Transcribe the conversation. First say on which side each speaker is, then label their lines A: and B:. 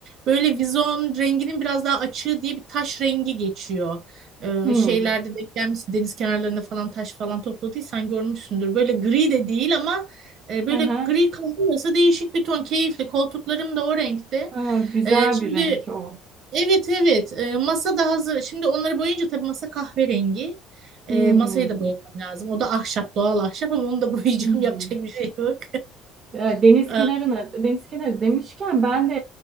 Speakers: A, on the right; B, on the right.
A: Böyle vizon renginin biraz daha açığı diye bir taş rengi geçiyor. Ee,
B: Hmm.
A: şeylerde denk gelmişsin. Deniz kenarlarında falan taş falan topladıysan görmüşsündür. Böyle gri de değil ama e, böyle
B: Hı hı.
A: gri kahve arası değişik bir ton. Keyifli. Koltuklarım da o renkte.
B: Ha, güzel
A: Ee, şimdi
B: bir renk o.
A: Evet evet E, masa da hazır. Şimdi onları boyayınca tabii masa kahverengi.
B: Hmm.
A: E, masayı da boyamam lazım. O da ahşap doğal ahşap ama onu da <laughs> boyayacağım
B: Hmm.
A: yapacak bir şey yok.
B: Ya Deniz
A: <laughs> E,
B: kenarına, deniz kenarı demişken ben de